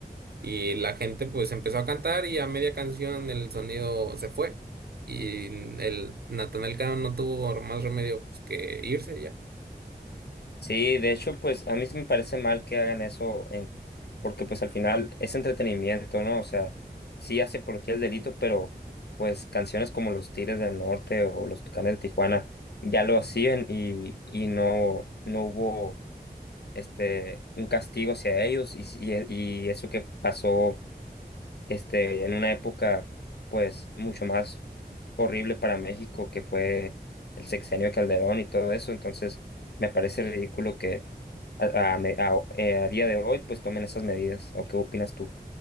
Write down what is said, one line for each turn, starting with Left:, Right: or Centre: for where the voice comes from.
Right: y la gente pues empezó a cantar y a media canción el sonido se fue. Y el Natanael Cano no tuvo más remedio pues, que irse ya.
Left: Sí, de hecho, pues a mí sí me parece mal que hagan eso, en- porque pues al final es entretenimiento, ¿no? O sea, sí hace apología del delito, pero pues canciones como Los Tigres del Norte o Los Tucanes de Tijuana ya lo hacían y, y no, no hubo este, un castigo hacia ellos y, y, y eso que pasó este, en una época pues mucho más horrible para México que fue el sexenio de Calderón y todo eso, entonces me parece ridículo que a, a me- a- eh, a día de hoy pues tomen esas medidas, ¿o qué opinas tú?